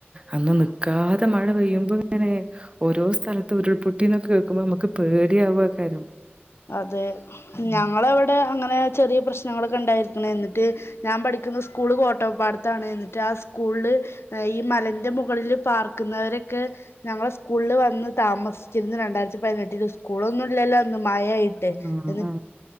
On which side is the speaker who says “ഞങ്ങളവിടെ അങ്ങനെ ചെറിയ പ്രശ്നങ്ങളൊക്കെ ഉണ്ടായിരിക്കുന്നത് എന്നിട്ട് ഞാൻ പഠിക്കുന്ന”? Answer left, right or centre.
Left